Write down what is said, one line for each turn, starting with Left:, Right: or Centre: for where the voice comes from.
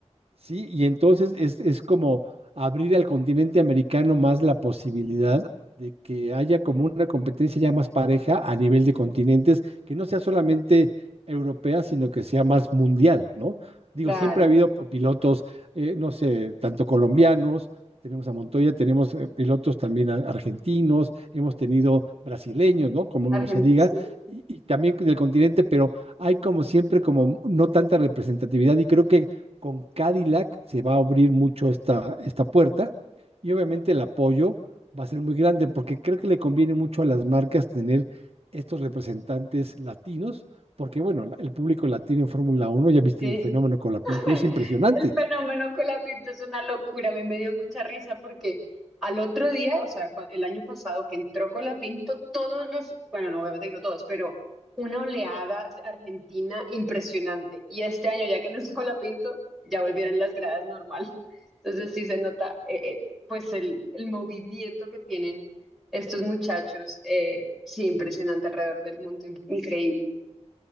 Right: Sí, y entonces es, es como abrir al continente americano más la posibilidad de que haya como una competencia ya más pareja a nivel de continentes, que no sea solamente europea, sino que sea más mundial, ¿no? Digo,
Centre: Claro,
Right: siempre ha habido po- pilotos, eh, no sé, tanto colombianos, tenemos a Montoya, tenemos eh, pilotos también a- argentinos, hemos tenido brasileños, ¿no? Como
Centre: Argentina,
Right: no se diga, y y también del continente, pero hay como siempre como no tanta representatividad y creo que con Cadillac se va a abrir mucho esta, esta puerta y obviamente el apoyo va a ser muy grande porque creo que le conviene mucho a las marcas tener estos representantes latinos, porque bueno, el público latino en Fórmula Uno ya viste
Centre: Sí.
Right: el fenómeno con la Pinto,
Centre: <laughs> El,
Right: es impresionante.
Centre: el fenómeno con la pinta es una locura, a mí me dio mucha risa porque al otro día, o sea, cua- el año pasado que entró Colapinto, todos los, bueno, no, obviamente que no todos, pero una oleada de Argentina impresionante. Y este año, ya que no está Colapinto, ya volvieron las gradas normal. Entonces sí se nota, eh, eh, pues, el, el movimiento que tienen estos muchachos, eh, sí, impresionante alrededor del mundo, in- increíble.